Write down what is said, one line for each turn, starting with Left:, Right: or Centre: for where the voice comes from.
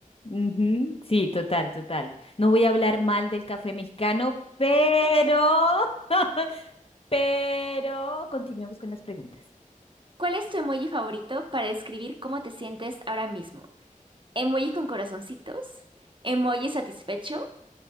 Left: Ujú, Sí, total, total. No voy a hablar mal del café mexicano, pero, <laughs> pero continuemos con las preguntas.
Right: ¿Cuál es tu emoji favorito para describir cómo te sientes ahora mismo? ¿Emoji con corazoncitos? ¿Emoji satisfecho?